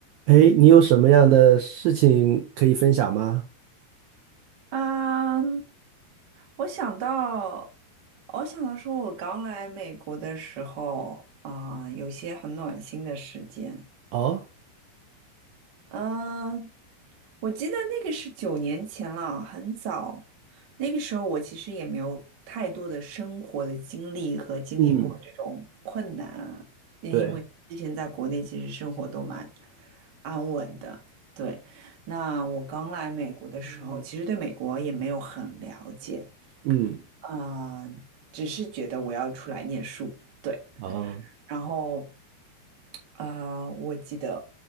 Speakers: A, on the right (about 80°); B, on the right (about 60°).
A: 哎，你有什么样的事情可以分享吗？
B: 啊，我想到，我想到说，我刚来美国的时候啊，有一些很暖心的事件。
A: 哦，
B: 嗯，我记得那个是九年前了，很早。那个时候我其实也没有太多的生活的经历和经历过这种困难啊，
A: 嗯，
B: 就因为之前在国内其实生活都蛮
A: 对，
B: 安稳的。对，那我刚来美国的时候，其实对美国也没有很了解，
A: 嗯
B: 啊，只是觉得我要出来念书。对。
A: 哦，
B: 然后，啊，我记得，